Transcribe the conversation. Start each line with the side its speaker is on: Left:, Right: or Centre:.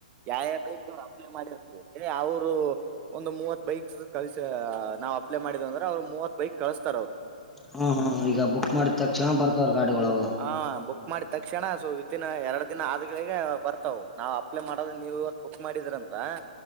Right: ಯಾವ್ಯಾವ ಬೈಕ್ ಅಪ್ಲೈ ಮಾಡಿರ್ತವಿ ಅವ್ರು ಅವರು ಒಂದು ಮೂವತ್ ಬೈಕ್ ಕಲಸ ನಾವ್ ಅಪ್ಲೈ ಮಾಡಿದ ಅಂದ್ರೆ ಅವ್ರು ಮೂವತ್ ಬೈಕ್ ಕಳಸ್ತಾರ ಅವ್ರು
Centre: ಹಾ ಹಾ ಈಗ ಬುಕ್ ಮಾಡಿದ ತಕ್ಷ್ಣ ಬರ್ತವ್ರ ಗಾಡಿಗಳು
Right: ಹ ಬುಕ್ ಮಾಡಿದ ತಕ್ಷಣ ಸೊ ವಿತನ್ ಎರಡು ದಿನ ಆದ್ಗಳಿಗೆ ಬರ್ತವು ನಾವ್ ಅಪ್ಲೈ ಮಾಡದ ನೀವ್ ಇವತ್ ಬುಕ್ ಮಾಡಿದೀರಂದ್ರ